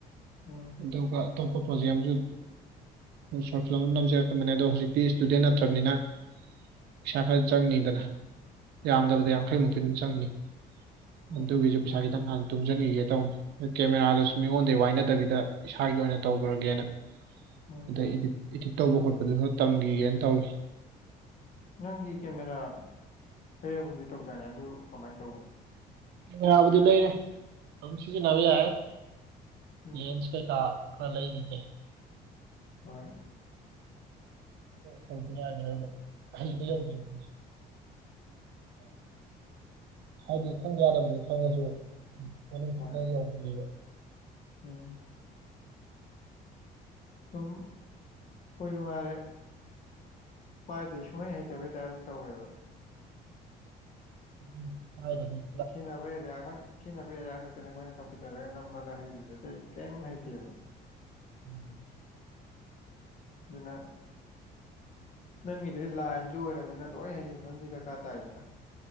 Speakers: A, on the left; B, on the right.
A: ꯎꯝ
B: ꯑꯗꯨꯒ ꯑꯇꯣꯞꯄ ꯄ꯭ꯔꯣꯖꯦꯛ ꯑꯃꯁꯨ ꯁꯣꯔꯠ ꯐꯤꯂꯝ ꯑꯃ ꯅꯝꯖꯔꯛꯀꯄꯕꯅꯦ ꯑꯣ ꯍꯧꯖꯤꯛꯇꯤ ꯏꯁꯇꯨꯗꯦꯟ ꯅꯠꯇ꯭ꯔꯕꯅꯤꯅ ꯄꯩꯁꯥ ꯈꯔ ꯆꯪꯅꯤꯗꯅ ꯌꯥꯝꯗꯕꯗ
A: ꯎꯝ
B: ꯌꯥꯡꯈꯩꯃꯨꯛꯇꯤ ꯑꯗꯨꯝ ꯆꯪꯅꯤ
A: ꯎꯝ
B: ꯑꯗꯨꯒꯤꯁꯨ ꯄꯩꯁꯥ ꯈꯤꯇꯪ ꯍꯥꯟꯅ ꯇꯨꯡꯁꯤꯟꯈꯤꯒꯦ ꯇꯧꯅꯤ ꯀꯦꯃꯦꯔꯥꯗꯨꯁꯨ ꯃꯤꯉꯣꯟꯗꯒꯤ ꯋꯥꯏꯅꯗꯕꯤꯗ ꯏꯁꯥꯒꯤ ꯑꯣꯏꯅ ꯇꯧꯈ꯭ꯔꯒꯦꯅ
A: ꯎꯝ
B: ꯑꯗ ꯏꯗꯤꯠ ꯏꯗꯤꯠ ꯇꯧꯕ ꯈꯣꯠꯄꯗꯨꯁꯨ ꯇꯝꯈꯤꯒꯦꯅ ꯇꯧꯏ
A: ꯅꯪꯒꯤ ꯀꯦꯃꯦꯔꯥ ꯀꯔꯒꯨꯝꯗꯤ ꯇꯧꯗꯥꯏꯅꯦ ꯑꯗꯨ ꯀꯃꯥꯏꯅ ꯇꯧꯕꯅꯣ
B: ꯀꯦꯃꯦꯔꯥ ꯕꯨꯗꯤ ꯂꯩꯔꯦ ꯑꯗꯨꯝ ꯁꯤꯖꯤꯟꯅꯕ ꯌꯥꯏ
A: ꯎꯝ
B: ꯂꯦꯟꯁ ꯀꯩꯀꯥ ꯈ ꯂꯩ ꯏꯅꯦ
A: ꯍꯣꯏ
B: ꯇꯧꯕ ꯌꯥꯒꯦꯔꯥꯅꯦ ꯍꯩꯕ ꯌꯧꯗ꯭ꯔꯤꯕꯒꯤ ꯍꯥꯏꯗꯤ ꯈꯪꯕ ꯌꯥꯗꯕꯗꯤ ꯈꯪꯉꯁꯨ ꯍ
A: ꯍꯣꯏ
B: ꯆꯅ ꯌꯥꯎꯕ
A: ꯎꯝ ꯁꯨꯝ ꯑꯩꯈꯣꯏ ꯅꯨꯡꯉꯥꯏꯔꯦ ꯄꯥꯏꯗꯗꯤ ꯁꯨꯡꯃꯩ ꯍꯩꯇꯕꯩ ꯇꯥꯏꯔꯞ ꯑꯗꯨꯝ ꯇꯧꯋꯦꯕ
B: ꯎꯝ ꯍꯥꯏꯥꯏꯗꯅꯦ
A: ꯁꯤꯅꯕꯩ ꯑꯦꯔꯦ ꯑꯩ ꯈꯥꯡ ꯁꯤꯖꯤꯟꯅꯕ ꯑꯦꯔꯤꯌꯥ ꯈꯛꯇꯅꯤ ꯑꯩꯈꯣꯏꯅ ꯀꯝꯄ꯭ꯌꯨ ꯇꯔꯒ ꯅꯝꯕꯅ ꯍꯩꯔꯤꯁꯦ ꯑꯇꯩ ꯀꯔꯤꯝ ꯍꯩꯇꯦꯕ
B: ꯎꯝ
A: ꯑꯗꯨꯅ ꯅꯪꯒꯤꯗꯨꯗꯤ ꯂꯥꯏꯟꯁꯨ ꯑꯣꯏꯔꯃꯤꯅ ꯂꯣꯏ ꯍꯩꯖꯤꯟ ꯑꯃꯗꯤ ꯗꯔꯀꯥꯔ ꯇꯥꯏꯗꯅ